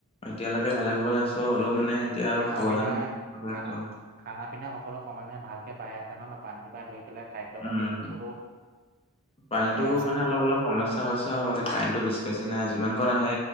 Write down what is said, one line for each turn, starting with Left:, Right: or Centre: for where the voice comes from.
Left: এতিয়ালৈকে ভালে কুশলে আছোঁ হ'লেও মানে এতিয়া আৰু
Right: খানা
Left: সাৱধান
Right: পিনা
Left: -সাৱধানে
Right: খানা
Left: আছোঁ।
Right: খানা -পিনা সকলো সমানে ভালকে পাই আছে ন? ন পানীৰ পৰা ধৰি পেলাই খাদ্য
Left: উম
Right: পাতি সকলো খাবলৈ
Left: পানীটো
Right: পাই আছা?
Left: মানে অলপ অলপ সমস্যা হৈছে আৰু মানে কাৰেণ্টটো বেছি বেছি নাই। যিমান কণ আহে